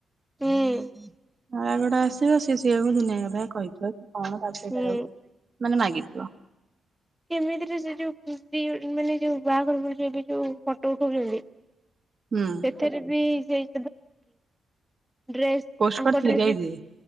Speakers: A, in the centre; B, on the right.
A: ହୁଁ।
B: ରାଗ ଟା ଆସିବ ସିଏ ସେଇଆକୁ ଦୁନିଆ କଥା କହିଥିବ କି କଣ ତାପରେ ସେଇଟା
A: ହୁଁ।
B: ମାନେ ମାଗିଥିବ।
A: କେମିତିରେ ସେ ଯଉ ପ୍ରି ୱେଡିଙ୍ଗ୍ ମାନେ ଯଉ ବାହାଘର ଯଉ ଫଟୋ ଉଠଉଚନ୍ତି
B: ହୁଁ।
A: ସେଥେରେ ବି <unintelligible> ଡ୍ରେସ୍
B: ପୋଷ୍ଟ
A: ଆଙ୍କ
B: କରିଥିଲି
A: ଡ୍ରେସ୍
B: କି ଏଇ
A: ବି
B: ଦିଦି